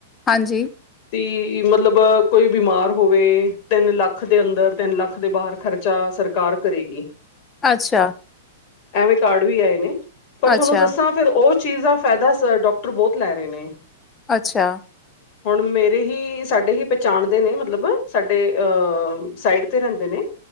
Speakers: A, on the left; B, on the left.
A: ਹਾਂਜੀ-
B: ਤੀ ਮਤਲਬ ਕੋਈ ਬਿਮਾਰ ਹੋਵੇ, ਤਿੰਨ ਲੱਖ ਦੇ ਅੰਦਰ, ਤਿੰਨ ਲੱਖ ਦੇ ਬਾਹਰ ਖਰ- ਚਾ ਸਰਕਾਰ ਕਰੇਗੀ-
A: ਅੱਛਾ-
B: ਐਵੇਂ ਕਾਰਡ ਵੀ ਆਏ ਨੇ, ਪਰ ਤੁਹਾਨੂੰ
A: ਅੱਛਾ
B: ਦੱਸਾਂ- ਫੇਰ ਉਹ ਚੀਜ਼ ਦਾ ਫੈਦਾ ਡੋਕਟਰ ਬਹੁਤ ਲੈ ਰਹੇ ਨੇ-
A: ਅੱਛਾ-
B: <inaudible> ਹੁਣ ਮੇਰੇ ਹੀ ਸਾਡੇ ਹੀ ਪਹਿਚਾਣਦੇ ਨੇ ਮਤਲਬ ਸਾਡੇ ਅਹ, ਸਾਈਡ ਤੇ ਰੈਂਦੇ ਨੇ-